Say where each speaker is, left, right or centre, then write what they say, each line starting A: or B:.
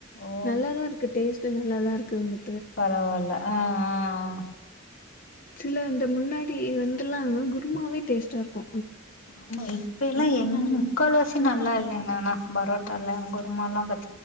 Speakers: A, on the left; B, on the left.
A: ஓ
B: நல்லாதா இருக்கு டேஸ்டு நல்லாதா இருக்கு இங்க
A: பரவால ஆ ஆ ஆ ஆ
B: சில இந்த முன்னாடி வந்துலா குருமாவே டேஸ்ட்டா இர்க்கோ
A: ஆமா இப்ப எல்லா எங்க முக்கால் வாசி
B: ஆ
A: நல்லா இல்லைங்க ஆனா பரோட்டால கொத் சும்மாலா பத்